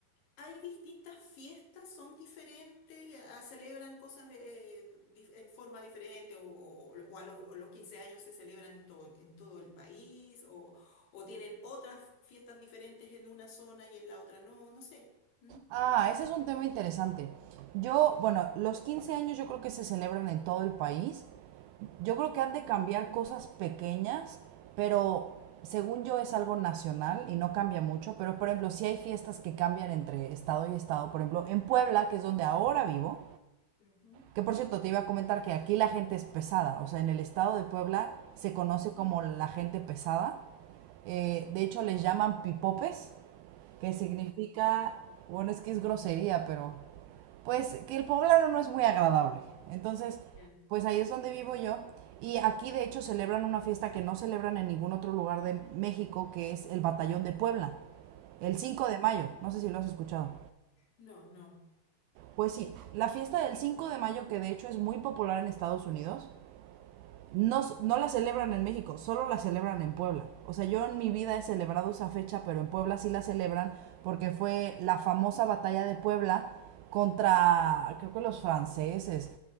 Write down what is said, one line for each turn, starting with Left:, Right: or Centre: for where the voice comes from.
Left: hay distintas fiestas, son diferentes, eh, Ah, celebran cosas de, eh, dif- en forma diferente o, o- o a los, o los 15 años se celebran en todo, en todo el país o, o tienen otras fiestas diferentes en una zona y en la otra no, no sé. ¿Mm?
Right: Ah, ese es un tema interesante. Yo, bueno, los 15 años yo creo que se celebran en todo el país. Yo creo que han de cambiar cosas pequeñas, pero según yo es algo nacional y no cambia mucho, pero por ejemplo, sí hay fiestas que cambian entre estado y estado. Por ejemplo, en Puebla, que es donde ahora vivo,
Left: Ujú.
Right: que por cierto te iba a comentar que aquí la gente es pesada, o sea, en el estado de Puebla se conoce
Left: Mm,
Right: como la gente pesada. Eh, de hecho, les llaman pipopes, que significa,
Left: Ya,
Right: bueno, es que es grosería, pero pues que el poblano no es muy agradable. Entonces,
Left: ya,
Right: pues ahí es donde vivo yo. Y aquí de hecho celebran una fiesta que no celebran en ningún otro lugar de México, que es el Batallón de Puebla, el cinco
Left: ya.
Right: de mayo. No sé si lo has escuchado.
Left: No, no,
Right: Pues sí, la fiesta del 5 de mayo, que de hecho es muy popular en Estados Unidos, no, no la celebran en México, solo la celebran en Puebla. O sea, yo en mi vida he celebrado esa fecha, pero en Puebla sí la celebran porque fue la famosa batalla de Puebla contra, creo que los franceses,